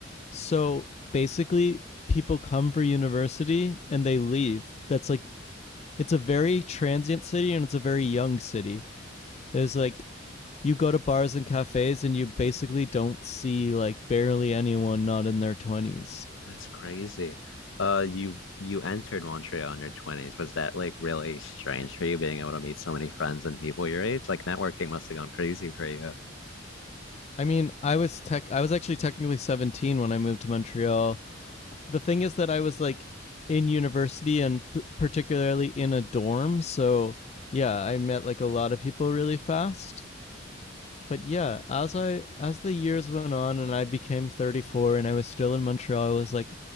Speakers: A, on the left; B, on the left.
A: So basically, people come for university and they leave. That's like it's a very transient city and it's a very young city. There's like you go to bars and cafes and you basically don't see like barely anyone not in their 20s.
B: That's crazy. Uh, you you entered Montreal in your 20s. Was that like really strange for you being able to meet so many friends and people your age? Like networking must have gone crazy for you.
A: I mean, I was tech I was actually technically 17 when I moved to Montreal. The thing is that I was like in university and p- particularly in a dorm, so yeah, I met like a lot of people really fast. But yeah, as I as the years went on and I became 34 and I was still in Montreal, I was like,